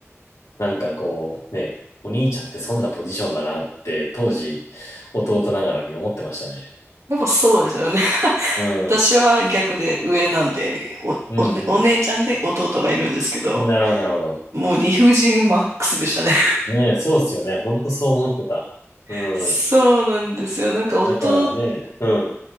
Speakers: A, on the left; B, on the right.
A: なんかこうねお兄ちゃんってそんなポジションだなって当時弟ながらに思ってましたね。
B: やっぱそうですよね。
A: う
B: <laughs>
A: ん。
B: 私は逆で上なんで、
A: うん。
B: お、
A: うん
B: お、お姉ちゃんで弟がいるんですけど、
A: うん。なるほど、なるほど。
B: もう理不尽マックスでしたね。
A: ねえ、そうっすよね。ほんとそう思ってた。
B: <laughs>
A: うん。
B: そうなんですよ。なんか弟、
A: だからね、うん、